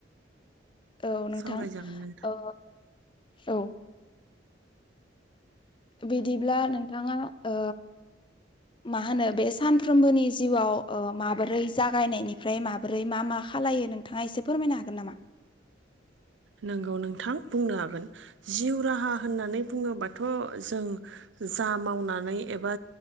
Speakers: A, on the left; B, on the right.
A: औ नोंथां
B: सावरायजागोन नोंथां
A: ओ औ बिदिब्ला नोंथांङा ओ मा होनो बे सानफ्रोमबोनि जिउआव ओ माबोरै जागायनायनिफ्राय माबोरै मा मा खालामो <unintelligible> नोंथाङा एसे फोरमायनो हागोन नामा?
B: नंगौ नोंथां बुंनो हागोन जिउ राहा <unintelligible> होननानै बुङोबाथ' जों जा मावनानै एबा